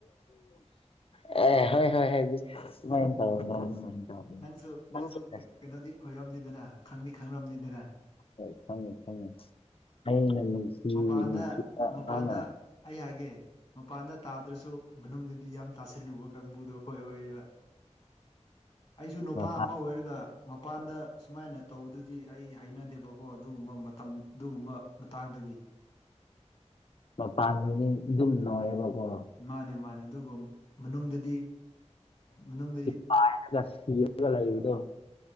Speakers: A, on the left (about 50°); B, on the left (about 35°).
A: ꯑꯦ ꯍꯣꯏ ꯍꯣꯏ <unintelligible>
B: ꯅꯪꯁꯨ
A: ꯑꯁ
B: ꯅꯪꯁꯨ ꯀꯩꯅꯣꯗꯤ ꯑꯣꯏꯔꯝꯅꯤꯗꯅ ꯈꯪꯗꯤ ꯈꯪꯔꯝꯅꯤꯗꯅ
A: ꯍꯣꯏ ꯈꯪꯉꯦ ꯈꯪꯉꯦ ꯑꯩꯅ ꯅꯨꯡꯁꯤ
B: ꯃꯄꯥꯟꯗ
A: ꯅꯨꯡꯁꯤꯗ
B: ꯃꯄꯥꯟꯗ
A: ꯃꯥꯅ
B: ꯑꯩ ꯍꯥꯏꯒꯦ ꯃꯄꯥꯟꯗ ꯇꯥꯗ꯭ꯔꯁꯨ ꯃꯅꯨꯡꯗꯗꯤ ꯌꯥꯝ ꯇꯥꯁꯜꯂꯨꯕ ꯀꯥꯡꯕꯨꯗꯣ ꯑꯩꯈꯣꯏ ꯑꯣꯏꯌꯦꯕ ꯑꯩꯁꯨ ꯅꯨꯄꯥ
A: ꯃꯄꯥꯟ
B: ꯑꯃ ꯑꯣꯏꯔꯒ ꯃꯄꯥꯟꯗ ꯁꯨꯃꯥꯏꯅ ꯇꯧꯕꯗꯨꯗꯤ ꯑꯩ ꯍꯩꯅꯗꯦꯕꯀꯣ ꯑꯗꯨꯒꯨꯝꯕ ꯃꯇꯝ ꯑꯗꯨꯒꯨꯝꯕ ꯃꯇꯥꯡꯗꯒꯤ
A: ꯃꯄꯥꯟꯗꯨꯅꯤ ꯑꯗꯨꯝ ꯅꯧꯑꯦꯕꯀꯣ
B: ꯃꯥꯅꯦ ꯃꯥꯅꯦ ꯑꯗꯨꯒ ꯃꯅꯨꯡꯗꯗꯤ ꯃꯅꯨꯡꯗꯗꯤ
A: ꯄꯥꯏꯅ ꯀ ꯁꯤꯒ ꯂꯥꯏꯗꯣ